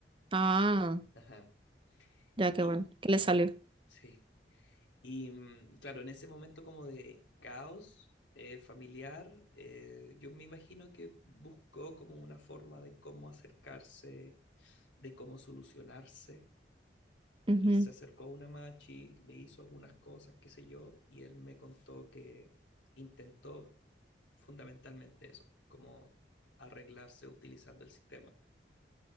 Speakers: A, on the right; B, on the left.
A: Ah,
B: Ajá.
A: ya que
B: Y,
A: bueno, que
B: ajá,
A: le salió.
B: sí. Y mm, claro, en ese momento como de caos eh, familiar, eh, yo me imagino que buscó como una forma de cómo acercarse, de cómo solucionarse.
A: Ujú.
B: Y se acercó a una machi, le hizo algunas cosas, qué sé yo, y él me contó que intentó fundamentalmente eso, como arreglarse utilizando el sistema.